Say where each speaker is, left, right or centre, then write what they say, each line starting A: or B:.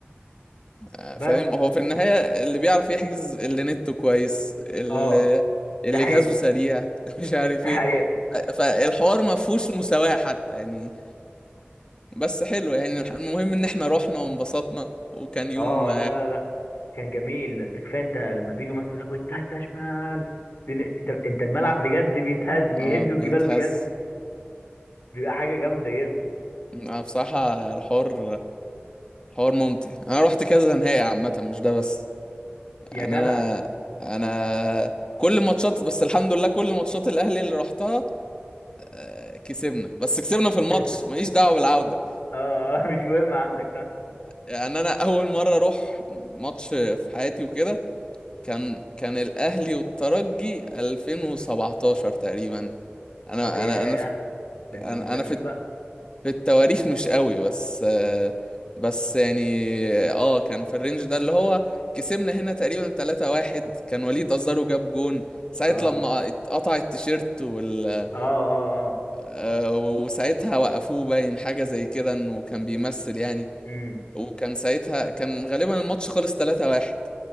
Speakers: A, on the left; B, on the left.
A: آه،
B: بس
A: فاهم هو في النهاية اللي بيعرف يحجز اللي نته كويس اللي
B: اه ده
A: اللي
B: حقيقة
A: جهازه سريع <laughs> مش عارف
B: ده
A: ايه
B: حقيقة
A: فالحوار ما فيهوش مساواة حتى يعني بس حلو يعني الح- المهم ان احنا رحنا وانبسطنا وكان يوم
B: اه لا لا لا كان جميل ده كفايه انت لما بيجوا مثلا يقول لك والتالتة شمال بن- انت انت الملعب بجد بيتهز بيهدوا
A: اه بيتهز
B: الجبال بجد بيبقى حاجه جامده جدا
A: آه بصراحة الحوار الحوار ممتع انا رحت كذا نهائي عامة مش ده بس
B: يا
A: يعني
B: جدع
A: انا انا كل ماتشات بس الحمد لله كل ماتشات الاهلي اللي رحتها آه، كسبنا بس كسبنا في
B: <laughs>
A: الماتش ماليش دعوة بالعودة
B: اه اه مش مهم عندك صح
A: يعني انا اول مرة اروح ماتش في حياتي وكده كان كان الاهلي والترجي 2017 تقريبا انا
B: اه ده ياه
A: انا انا في
B: ده انت
A: انا
B: من زمان
A: أنا في
B: بقى
A: في التواريخ مش قوي بس آه، بس يعني اه كان في الرينج ده اللي هو كسبنا هنا تقريبا 3-1 كان وليد أزارو جاب جون ساعة
B: اه
A: لما اتقطع التيشيرت وال
B: اه اه اه
A: آه، وساعتها وقفوه باين حاجة زي كده انه كان بيمثل يعني
B: امم
A: وكان ساعتها كان غالبا الماتش خلص 3-1